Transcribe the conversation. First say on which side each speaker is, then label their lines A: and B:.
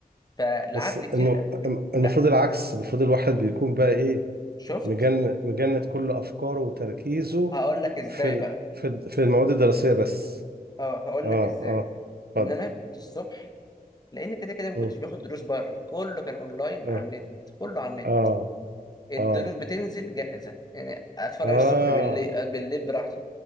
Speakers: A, on the left (about 25°); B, on the right (about 85°).
A: فلعبت
B: بس الم-
A: كتير
B: المفروض
A: لا
B: العكس المفروض الواحد بيكون بقى ايه
A: شفت
B: مجن مجند كل افكاره وتركيزه
A: هقول لك ازاي
B: في ال-
A: بقى
B: في ال- في المواد الدراسيه بس
A: اه هقول
B: اه
A: لك ازاي
B: اه اتفضل
A: ان انا كنت الصبح لان كده كده ما
B: مم.
A: كنتش باخد دروس بره كله كان اونلاين
B: اه
A: على النت كله على النت
B: اه
A: الدروس
B: اه
A: بتنزل جاهزة يعني اتفرج
B: اه
A: الصبح بالليل آه، بالليل براحتي